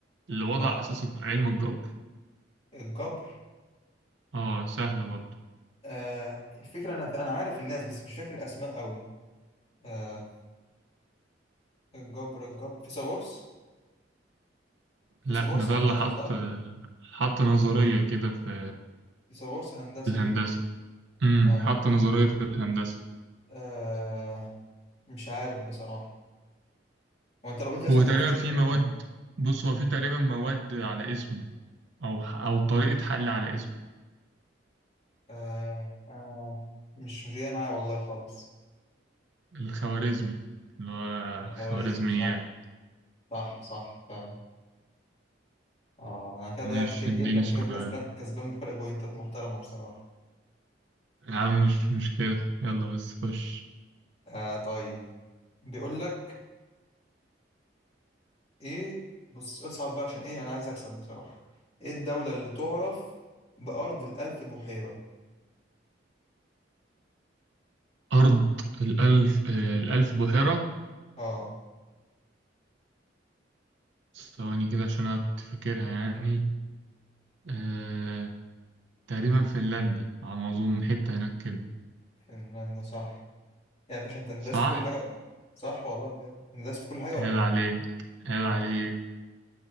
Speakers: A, on the right; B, on the left.
A: اللي وضع
B: اه
A: اساس علم الجبر
B: الجبر
A: اه سهلة برضه
B: آه الفكرة انا انا عارف الناس بس مش فاكر الاسماء قوي آه الجبر الجبر فيثاغورس
A: لا
B: فيثاغورس
A: ده ده
B: هندسة
A: اللي حط
B: صح
A: حط نظرية كده في
B: فيثاغورس هندسة
A: في الهندسة امم
B: اه
A: حط نظرية في الهندسة
B: آه مش عارف بصراحة هو انت لو قلت اسم
A: هو
B: انا
A: تقريبا
B: هفتكره
A: في مواد
B: اكيد
A: بص هو في تقريبا مواد على اسمه أو أو طريقة حل على اسمه
B: آه آه مش مش جاي معايا والله خالص
A: الخوارزمي اللي هو
B: خوارزمي
A: خوارزميات
B: صح صح صح فعلا اه انا كده ضايع
A: مش
B: كتير
A: اديني
B: جدا انت
A: سؤال
B: كده كسبان كسبان بفرق بوينتات محترمة بصراحة
A: يا عم مش مشكلة يلا بس خش
B: آه طيب بيقول لك ايه بص سؤال صعب بقى عشان ايه انا عايز اكسب بصراحة ايه الدولة اللي تعرف بأرض الألف بحيرة
A: أرض الألف آه، الألف بحيرة
B: اه
A: ثواني كده عشان أنا كنت فاكرها يعني أه... تقريبا فنلندا على ما أظن حتة هناك كده
B: فنلندا صح يا باشا انت انداس
A: صح
B: في كل حاجة ولا إيه؟ صح والله بجد انداس في كل حاجة
A: عيب
B: ولا ايه
A: عليك عيب عليك